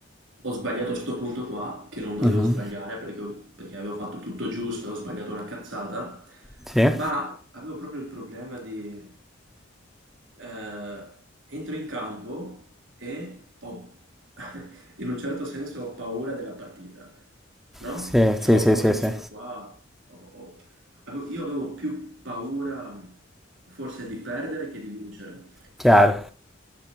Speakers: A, on the right (about 85°); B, in the centre.
A: ho sbagliato sto punto qua, che non dovevo
B: Mhm.
A: sbagliare perché, ho- perché avevo fatto tutto giusto, ho sbagliato una cazzata,
B: Sì,
A: ma Avevo proprio il problema di... eh, entro in campo e ho, <laughs> in un certo senso, ho paura della partita, no?
B: sì,
A: Cioè,
B: sì,
A: ho
B: sì,
A: paura
B: sì,
A: di
B: sì.
A: sto qua. ho- ho- avevo- io avevo più paura forse di perdere che di vincere.
B: chiaro.